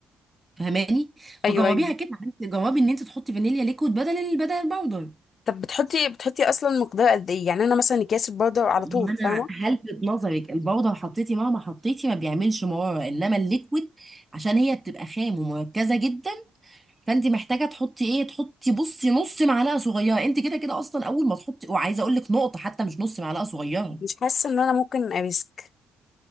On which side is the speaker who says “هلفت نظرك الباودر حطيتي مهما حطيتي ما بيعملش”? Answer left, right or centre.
Right